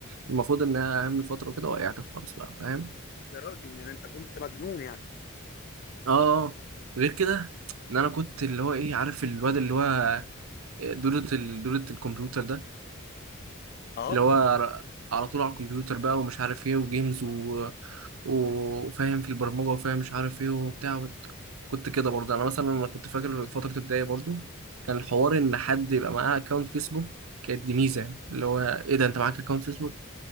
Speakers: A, on the right; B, on the left.
A: المفروض إنها أهم فترة وكده وقعت خالص بقى فاهم
B: يا راجل يعني انت كنت مجنون يعني
A: اه آه. غير كده إن أنا كنت اللي هو إيه عارف الواد اللي هو دورة ال- دورة الكمبيوتر ده
B: اه
A: اللي هو ر- على طول على الكمبيوتر بقى ومش عارف ايه وجيمز و... و- وفاهم في البرمجة وفاهم مش عارف ايه وبتاع كنت كده برضه يعني انا مثلا انا كنت فاكر فتره ابتدائي برضه كان الحوار ان حد يبقى معاه اكونت فيسبوك كانت دي ميزه اللي هو ايه ده انت معاك اكونت فيسبوك